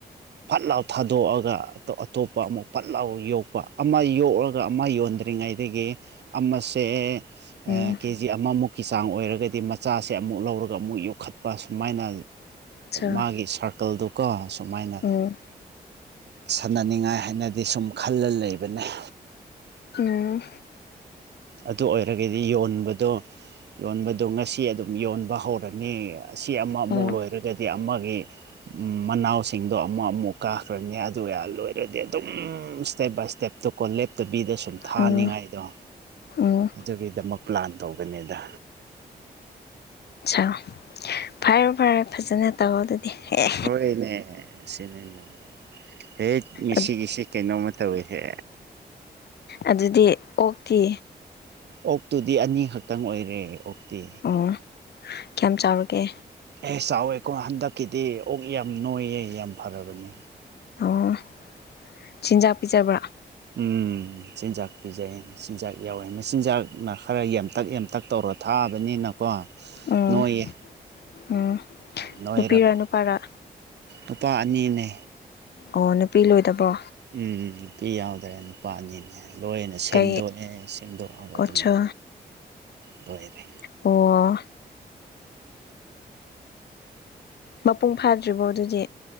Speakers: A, on the right; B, on the left.
A: ꯐꯠ ꯂꯥꯎ ꯊꯥꯗꯣꯛꯑꯒ ꯑꯇꯣꯞꯄ ꯑꯃꯨꯛ ꯐꯠ ꯂꯥꯎ ꯌꯣꯛꯄ ꯑꯃ ꯌꯣꯛꯑꯒ ꯑꯃ ꯌꯣꯟꯗ꯭ꯔꯤꯉꯩ ꯉꯩꯒꯤ ꯑꯃꯁꯦ ꯑꯥ
B: ꯎꯝ
A: ꯀꯦ ꯖꯤ ꯑꯃꯃꯨꯛꯀꯤ ꯆꯥꯡ ꯑꯣꯏꯔꯒꯗꯤ ꯃꯆꯥꯁꯦ ꯑꯃꯨꯛ ꯂꯧꯔꯒ ꯑꯃꯨꯛ ꯌꯣꯛꯈꯠꯄ ꯁꯨꯃꯥꯏꯅ
B: ꯁꯥ
A: ꯃꯥꯒꯤ ꯁꯥꯔꯀꯜꯗꯨꯀꯣ ꯁꯨꯃꯥꯏꯅ
B: ꯎꯝ
A: ꯁꯥꯟꯅꯅꯤꯡꯉꯥꯏ ꯍꯥꯏꯅꯗꯤ ꯁꯨꯝ ꯈꯜꯂ ꯂꯩꯕꯅ‌ꯦ
B: ꯎꯝ
A: ꯑꯗꯨ ꯑꯣꯏꯔꯒꯗꯤ ꯌꯣꯟꯕꯗꯣ ꯌꯣꯟꯕꯗꯣ ꯉꯁꯤ ꯑꯗꯨꯝ ꯌꯣꯟꯕ ꯍꯧꯔꯅꯤ ꯑꯁꯤ ꯑꯃ ꯑꯃꯨꯛ
B: ꯎꯝ
A: ꯂꯣꯏꯔꯒꯗꯤ ꯑꯃꯒꯤ ꯃꯅꯥꯎꯁꯤꯡꯗꯣ ꯑꯃ ꯑꯃꯨꯛ ꯀꯥꯈ꯭ꯔꯅꯤ ꯑꯗꯨ ꯂꯣꯏꯔꯗꯤ ꯑꯗꯨꯝ ꯏꯁꯇꯦꯞ ꯕꯥꯏ ꯏꯁꯇꯦꯞ ꯇꯀꯣ ꯂꯦꯞꯇꯕꯤꯗ ꯁꯨꯝ ꯊꯥꯅꯤꯡꯉꯥꯏꯗꯣ
B: ꯎꯝ ꯎꯝ
A: ꯑꯗꯨꯒꯤꯗꯃꯛ ꯄ꯭ꯂꯥꯟ ꯇꯧꯕꯅꯤꯗ
B: ꯑ ꯐꯔꯦ ꯐꯔꯦ ꯐꯖꯅ ꯇꯧ ꯑꯗꯨꯗꯤ ꯑꯦ
A: ꯍꯣꯏꯅꯦ ꯁꯤꯅꯤꯅꯦ ꯍꯦꯛ ꯉꯁꯤꯒꯤꯁ‌ꯦ
B: ꯑꯗꯨ
A: ꯀꯩꯅꯣꯝꯃ ꯇꯧꯋꯦꯍꯦ
B: ꯑꯗꯨꯗꯤ ꯑꯣꯛꯇꯤ
A: ꯑꯣꯛꯇꯨꯗꯤ ꯑꯅꯤꯈꯛꯇꯪ ꯑꯣꯏꯔꯦ ꯑꯣꯛꯇꯤ
B: ꯑꯣ ꯀꯌꯥꯝ ꯆꯥꯎꯔꯒꯦ
A: ꯑꯦ ꯆꯥꯎꯋꯦꯀꯣ ꯍꯟꯗꯛꯀꯤꯗꯤ ꯑꯣꯛ ꯌꯥꯝ ꯅꯣꯏꯌꯦ ꯌꯥꯝ ꯐꯔꯕꯅꯦ
B: ꯑꯣ ꯆꯤꯟꯖꯥꯛ ꯄꯤꯖꯕ꯭ꯔꯥ
A: ꯎꯝ ꯃꯆꯤꯟꯖꯥꯛ ꯄꯤꯖꯩꯌꯦ ꯃꯆꯤꯟꯖꯥꯛ ꯌꯥꯎꯋꯦ ꯃꯆꯤꯟꯖꯥꯛꯅ ꯈꯔ ꯌꯥꯝꯇꯛ ꯌꯥꯝꯇꯛ ꯇꯧꯔ ꯊꯥꯕꯅꯤꯅ ꯀꯣ
B: ꯎꯝ
A: ꯅꯣꯏꯌꯦ
B: ꯎꯝ
A: ꯌꯥꯝ ꯅꯣꯏꯔꯕꯅꯤ
B: ꯅꯨꯄꯤꯔ ꯅꯨꯄꯥꯔ
A: ꯅꯨꯄꯥ ꯑꯅꯤꯅꯦ
B: ꯑꯣ ꯅꯨꯄꯤ ꯂꯣꯏꯗꯕ꯭ꯔꯣ
A: ꯎꯝ ꯅꯨꯄꯤ ꯌꯥꯎꯗ꯭ꯔꯦ ꯅꯨꯄꯥ ꯑꯅꯤꯅꯦ ꯂꯣꯏꯅ ꯁꯦꯝꯗꯣꯛꯑꯦ
B: ꯀꯩ
A: ꯁꯦꯝꯗꯣꯛꯑꯒ
B: ꯑꯣꯠꯁꯥ
A: ꯑꯗꯨꯝ ꯂꯣꯏꯔꯦ
B: ꯑꯣ ꯃꯄꯨꯡ ꯐꯥꯗ꯭ꯔꯤꯕꯣ ꯑꯗꯨꯗꯤ